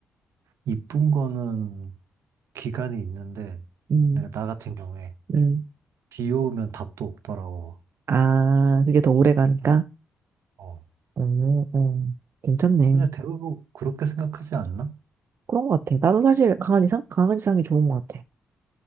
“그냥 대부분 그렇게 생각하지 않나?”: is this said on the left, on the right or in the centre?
Right